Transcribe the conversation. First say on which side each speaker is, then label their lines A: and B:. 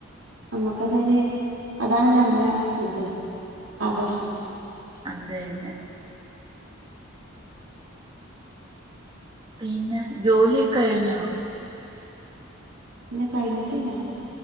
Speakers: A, on the right (about 70°); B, on the right (about 25°).
A: നമ്മുക്കതൊരു അതാണല്ലേ നമ്മളെ ഇത് ആഘോഷം
B: അത് എന്നന്നെ പിന്നെ ജോലി കഴിഞ്ഞോ
A: പിന്നാ കഴിഞ്ഞിട്ടില്ല